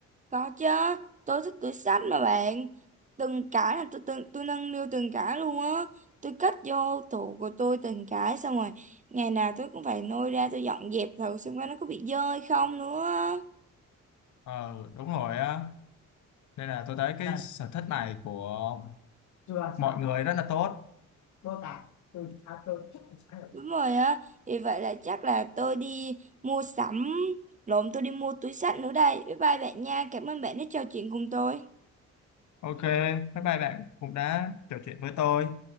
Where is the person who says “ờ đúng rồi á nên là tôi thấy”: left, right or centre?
Left